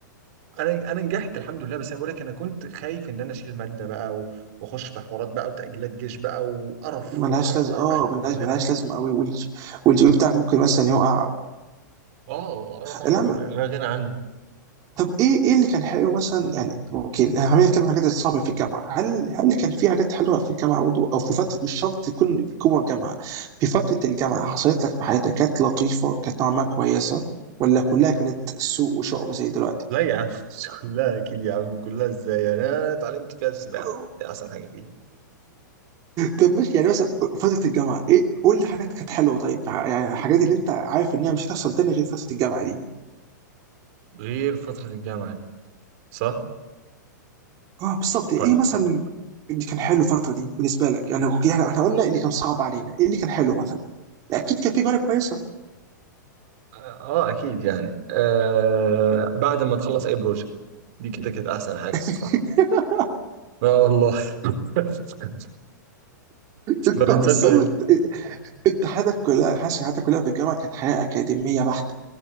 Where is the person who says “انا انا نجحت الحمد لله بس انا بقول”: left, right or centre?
Right